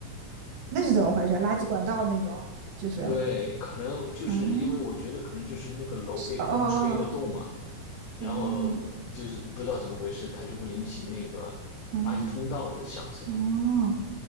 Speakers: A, on the right; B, on the left.
A: 那是怎么回事？垃圾管道那种，就是，
B: 对，可能就是因为我觉得可能就是那个楼被风吹得动嘛，
A: 嗯，哦哦
B: 然后就是不知道怎么回事，
A: 哦
B: 它就会引起那个垃圾通道的响声。
A: 哦哦哦，